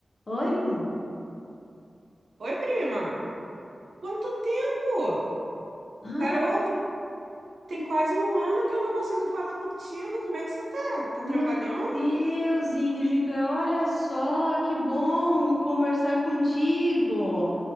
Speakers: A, on the left (about 45°); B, on the right (about 80°).
A: Oi? Bu-
B: Oi, prima. Quanto tempo?
A: Ai,
B: Garota, tem quase um ano que eu não consigo falar contigo. Como é que você tá? Tá
A: meu
B: trabalhando?
A: Deus, Ingrid, olha só, que bom conversar contigo.